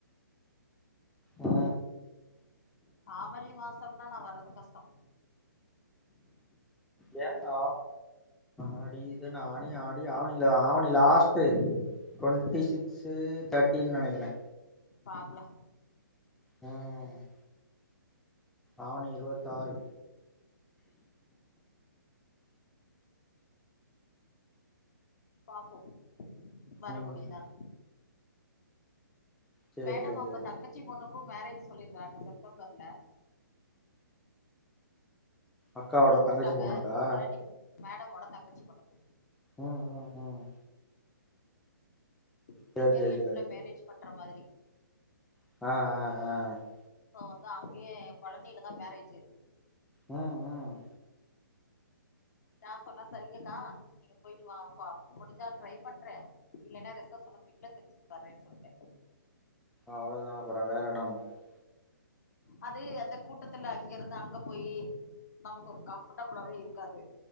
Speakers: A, in the centre; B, on the left (about 55°).
A: அ
B: ஆவனி மாசம்னா நா வர்றது கஷ்டோ
A: யேக்கா ஆடி இதென்ன ஆனி ஆடி ஆவணி ஆவணி லாஸ்ட்டு டுவெண்ட்டி சிக்ஸு தேட்டினு நெனைக்கிறே
B: பாக்லா
A: ம் ஆவணி இருவத்தாறு
B: பாப்போ வர
A: ம்
B: முடியுதானு
A: சேரி
B: மேடம்
A: சேரி
B: அவுங்க
A: சேரி
B: தங்கச்சி பொண்ணுக்கு மேரேஜ் சொல்லிருக்காங்க செப்டம்பர்ல
A: அக்காவோட
B: கூப்ட்டாங்க
A: தங்கச்சி பொண்ணுக்கா
B: பழனிக்கு மேடம்மோட தங்கச்சி பொண்ணுக்கு
A: ம் ம் ம்
B: இந்த
A: சேரி
B: இயர்
A: சேரி
B: என்ட்ல
A: சேரி
B: மேரேஜ் பண்ற மாதிரி
A: அ அ அ
B: சோ வந்து அங்யே பழனிலதா மேரேஜ்ஜூ
A: ம் ம்
B: நா சொன்னே சரிங்கக்கா நீங்க பொயிட்டு வா பா முடிஞ்சா ட்ரை பண்றே இல்லன்னா ரிசப்ஷன் வப்பீங்ல திருச்சிக்கு வர்றேன் சொல்ட்டே
A: அவ்ளோ தா அப்றோ வேற என்னா பண்றது
B: அது அந்த கூட்டத்துல அங்க இருந்து அங்க போயி நமக்கு ஒரு கம்ஃபர்டபிளாவே இருக்காது